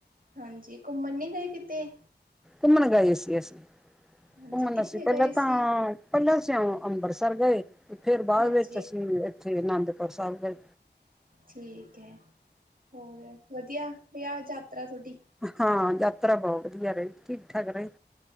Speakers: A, on the right (about 50°); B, in the centre.
A: ਹਾਂਜੀ, ਘੁੰਮਣ ਨੀ ਗਏ ਕਿਤੇ।
B: ਘੁੰਮਣ ਗਏ ਸੀ, ਅਸੀਂ
A: ਹਾਂਜੀ
B: ਘੁੰਮਣ
A: ਕਿੱਥੇ
B: ਅਸੀਂ
A: ਗਏ
B: ਪਹਿਲਾਂ ਤਾਂ
A: ਸੀ?
B: ਪਹਿਲਾਂ ਸੀ ਅੰਬਰਸ ਪਰ ਗਏ ਫੇਰ ਬਾਅਦ
A: ਹਾਂਜੀ
B: ਵਿੱਚ ਅਸੀਂ ਇੱਥੇ ਅਨੰਦਪੁਰ ਸਾਹਿਬ ਗਏ।
A: ਠੀਕ ਹੈ ਹੋਰ ਵਧੀਆ ਰਿਹਾ ਯਾਤਰਾ ਤੁਹਾਡੀ
B: ਹਾਂ ਯਾਤਰਾ ਬਹੁਤ ਵਧੀਆ ਰਹੀ ਠੀਕ ਠਾਕ ਰਹੀ।